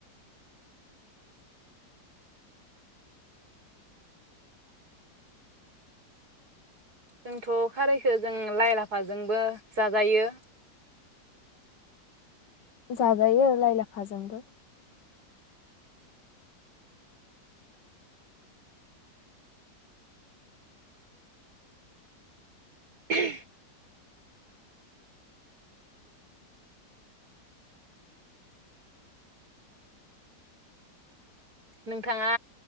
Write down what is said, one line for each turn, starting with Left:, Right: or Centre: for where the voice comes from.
Right: जोंथ' खारैखो जों लाइ लाफाजोंबो जाजायो।
Left: जाजायो लाइ लाफाजोंबो।
Right: <unintelligible> नोंथा थाङा